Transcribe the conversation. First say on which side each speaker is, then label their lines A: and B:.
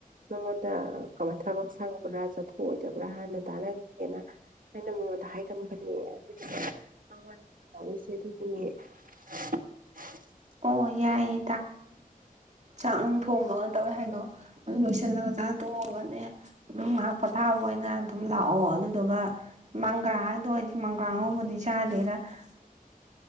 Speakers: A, on the right (about 65°); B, on the right (about 50°).
A: ꯃꯉꯣꯟꯗ ꯀ ꯊꯕꯛ ꯁꯪꯕ꯭ꯔꯥ ꯆꯠꯊꯣꯛꯑꯣꯏꯗꯕ꯭ꯔꯥ ꯍꯥꯟꯅ ꯇꯥꯟꯅꯈꯤꯒꯦꯅ ꯑꯩꯅ ꯃꯉꯣꯟꯗ ꯍꯥꯏꯔꯝꯕꯅꯦ <unintelligible> <unintelligible> <inaudible>
B: ꯑꯣ ꯌꯥꯏꯌꯦ ꯆꯥꯛ ꯅꯨꯡ ꯊꯣꯡꯕꯒ ꯇꯧꯋꯦ ꯍꯥꯏꯗꯣ ꯑꯗꯨ ꯂꯣꯏꯁꯤꯜꯂꯒ ꯆꯥ ꯇꯣꯡꯉꯒꯅꯦ ꯑꯗꯨꯝ ꯉꯥꯏꯍꯥꯛ ꯄꯣꯊꯥꯕ ꯑꯣꯏꯅ ꯑꯗꯨꯝ ꯂꯥꯛꯑꯣ ꯑꯗꯨꯗꯨꯒ ꯃꯪꯒ꯭ꯔꯥ ꯍꯥꯏꯗꯣ ꯑꯩꯗꯤ ꯃꯪꯒ꯭ꯔꯥ ꯑꯉꯧꯕꯗꯤ ꯆꯥꯗꯦꯗ꯫ <inaudible>